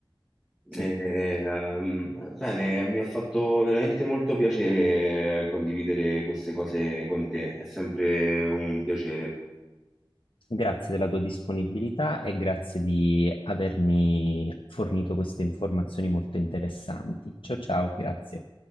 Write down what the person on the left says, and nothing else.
Sì.
Grazie della tua disponibilità e grazie di avermi fornito queste informazioni molto interessanti. Ciao ciao, grazie.